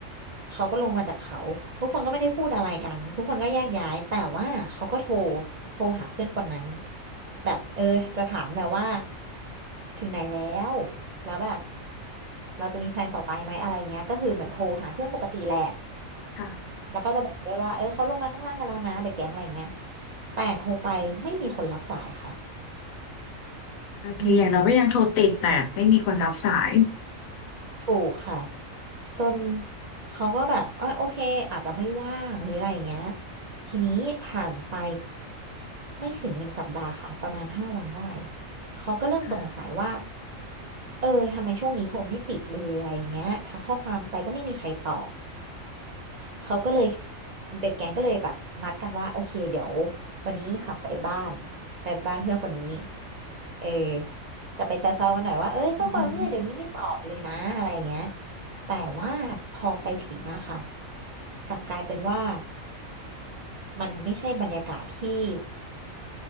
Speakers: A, on the right (about 60°); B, on the left (about 85°).
A: เขาก็ลงมาจากเขาทุกคนก็ไม่ได้พูดอะไรกันทุกคนก็แยกย้ายแต่ว่าเขาก็โทรโทรหาเพื่อนคนนั้นแบบเออจะถามแหละว่าถึงไหนแล้วแล้วแบบเราจะมีแพลนต่อไปไหมอะไรเงี้ยก็คือเหมือนโทรหาเพื่อนปกติแหละ
B: ค่ะ
A: แล้วก็จะบอกด้วยว่าเออเขาลงมาข้างล่างกันแล้วนะเด็กแก๊งอะไรเงี้ยแต่โทรไปไม่มีคนรับสายค่ะ
B: โอเคอย่างน้อยก็ยังโทรติดแต่ไม่มีคนรับสาย
A: อืม ถูกค่ะจนเขาก็แบบอ่ะโอเคอาจจะไม่ว่างหรืออะไรอย่างเงี้ยทีนี้ผ่านไปไม่ถึงหนึ่งสัปดาห์ค่ะประมาณห้าวันได้เขาก็เริ่มสงสัยว่า
B: ค่ะ
A: เออทำไมช่วงนี้โทรไม่ติดเลยอะไรอย่างเงี้ยทักข้อความไปก็ไม่มีใครตอบ เขาก็เลยเด็กแก๊งก็เลยแบบนัดกันว่าโอเคเดี๋ยววันนี้ขับไปบ้านไปบ้านเพื่อนคนนี้เออจะไปแซวๆมันหน่อยว่าเอ้ยข้อความเพื่อนเดี๋ยวนี้ไม่ตอบเลยนะอะไรอย่างเงี้ย
B: อือหือ
A: แต่ว่าพอไปถึงอะค่ะกลับกลายเป็นว่ามันไม่ใช่บรรยากาศที่